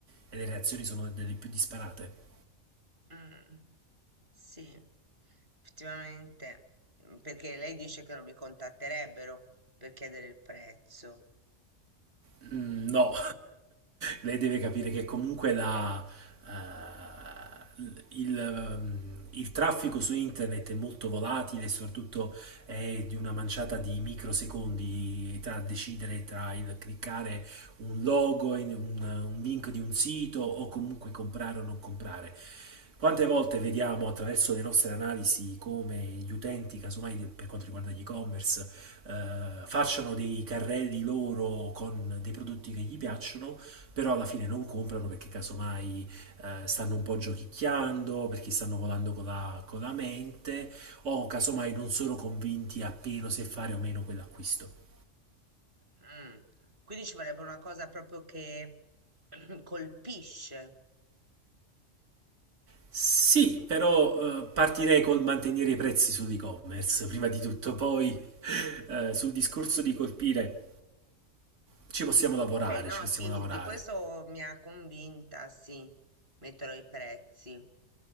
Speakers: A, on the right; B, on the right.
A: e le reazioni sono delle più disparate.
B: mm, sì, effettivamente, Mm, perché lei dice che non mi contatterebbero per chiedere il prezzo.
A: Mm, No, lei deve capire che comunque la, eh, il, mm, il traffico su internet è molto volatile e soprattutto è di una manciata di microsecondi tra decidere tra il cliccare un logo, in un, un link di un sito o comunque comprare o non comprare. Quante volte vediamo attraverso le nostre analisi come gli utenti, casomai de- per quanto riguarda gli e-commerce, eh, facciano dei carrelli loro con dei prodotti che gli piacciono però alla fine non comprano perché casomai eh, stanno un po' giochicchiando, perché stanno volando con la, con la mente, o casomai non sono convinti appieno se fare o meno quell'acquisto.
B: Mm, Quindi ci vorrebbe una cosa proprio che <clears throat> colpisce.
A: Sì, però eh, partirei col mantenere i prezzi sull'e-commerce, prima di tutto, poi eh, sul discorso di colpire ci possiamo lavorare,
B: Ok, no,
A: ci possiamo
B: sì,
A: lavorare.
B: di questo mi ha convinta, sì, metterò i prezzi.